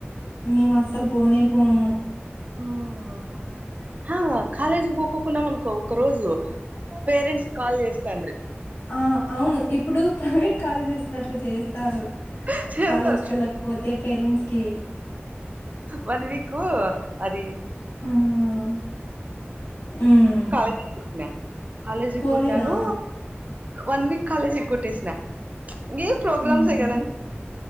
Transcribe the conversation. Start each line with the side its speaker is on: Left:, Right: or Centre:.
Left: మేము అస్సలు పోనే పోము
Right: <unintelligible> ఆ కాలేజీ పోక్కకున్నాం అనుకో ఒక రోజు పేరెంట్స్ కాల్ చేస్తండ్రీ
Left: ఆ అవును ఇప్పుడు ప్రైవేట్ కాలేజెస్ లో అట్లా చేస్తారు
Right: <unintelligible>
Left: కాలేజ్ కి వెళ్ళకపోతే పేరెంట్స్ కి
Right: వన్ వీక్ <unintelligible>
Left: మ్మ్ మ్మ్
Right: కాలేజ్ <unintelligible>
Left: పోలేదా
Right: నాను వన్ వీక్ కాలేజ్ ఎగ్గొటేసిన ఇం ప్రోగ్రామ్స్
Left: మ్మ్
Right: కదా ఆన్